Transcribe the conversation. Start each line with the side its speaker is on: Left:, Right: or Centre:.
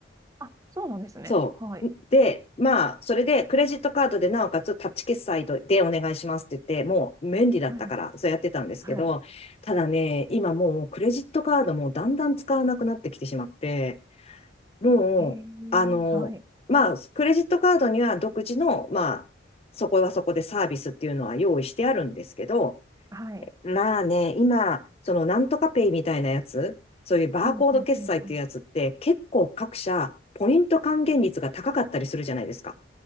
Right: あ、そうなんですね。
Left: そう。
Right: はい。
Left: で、まあ、それで、クレジットカードで、なおかつ、タッチ決済でお願いしますって言って、もう、便利だったから、
Right: はい。
Left: そうやってたんですけど、
Right: はい。
Left: ただね、今もう、クレジットカードもだんだん使わなくなってきてしまって、もう、
Right: ええ
Left: あの、
Right: はい。
Left: まあ、クレジットカードには独自の、まあ、そこはそこでサービスっていうのは用意してあるんですけど、
Right: はい。
Left: まあね、今、そのなんとかペイみたいなやつ、そういうバーコード決済っていうやつって、
Right: うん、うん、うん、うん。
Left: 結構各社、ポイント還元率が高かったりするじゃないですか。